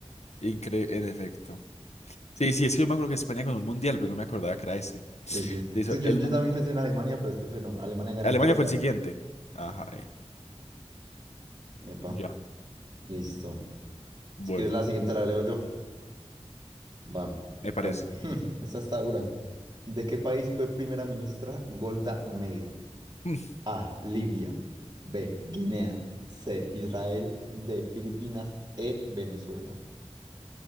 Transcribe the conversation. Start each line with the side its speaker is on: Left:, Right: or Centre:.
Left: incre en efecto. Sí, sí, es que yo me acuerdo que España ganó un mundial, pero no me acordaba que era ese.
Right: Sí, sí.
Left: Le hizo
Right: Sí, yo,
Left: el
Right: yo
Left: mundial.
Right: también pensé en Alemania, pero después fue no. Alemania ganó
Left: Alemania
Right: el de
Left: fue
Right: Brasil.
Left: el siguiente. Ajá,
Right: Sí. sí.
Left: eh,
Right: Epa,
Left: Ya.
Right: listo.
Left: Bueno,
Right: Si quieres la siguiente la leo yo. Va.
Left: me parece.
Right: A ver. <laughs> Esta está dura. ¿De qué país fue primera ministra Golda Meir?
Left: Mm,
Right: A. Libia. B. Guinea. C. Israel. D. Filipinas. E. Venezuela.